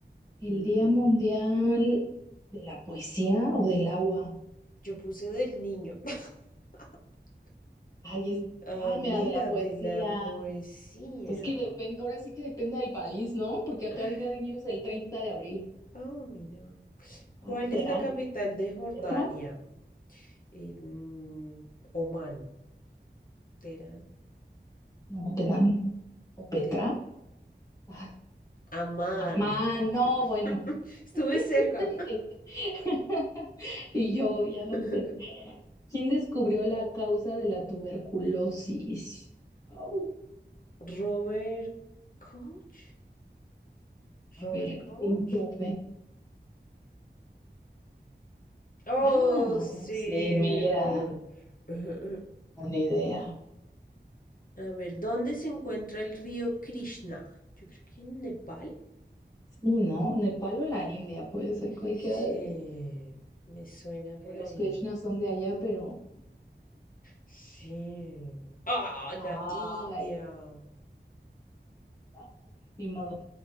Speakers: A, on the left; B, on the left.
A: El
B: Mm,
A: Día Mundial de la Poesía o del Agua.
B: yo puse del niño. <laughs>
A: Ay, es,
B: Ah,
A: ay,
B: mira,
A: mira, de la poesía.
B: de la poesía.
A: Es que depende, ahora sí que depende del país, ¿no? Porque acá
B: Ah,
A: el Día del Niño es el treinta de abril.
B: Ah, mira. ¿Cuál
A: Ah, ¿Terán?
B: es la capital de Jordania?
A: ¿Petra?
B: Eh, mm, Omán, Teherán,
A: No, Terán. ¿O Petra?
B: Te-
A: Ay,
B: Amán.
A: Amán, no,
B: <laughs>
A: bueno.
B: Estuve cerca.
A: <laughs> Y yo, ya no
B: <laughs>
A: sé. ¿Quién descubrió la causa de la tuberculosis? Au.
B: Robert Koch.
A: a
B: Robert
A: ver,
B: Koch.
A: Clinton
B: Oh,
A: Ah,
B: sí.
A: sí, mira,
B: <laughs>
A: una idea.
B: A ver, ¿dónde se encuentra el río Krishna? Yo creo que en Nepal.
A: Sí, ¿no? Nepal o la India, puede ser cualquiera
B: Sí,
A: de
B: me suena por
A: de los
B: ahí.
A: Krishnas son de allá, pero...
B: Sí. ¡Ah, la
A: Ay,
B: India!
A: ay, ni modo.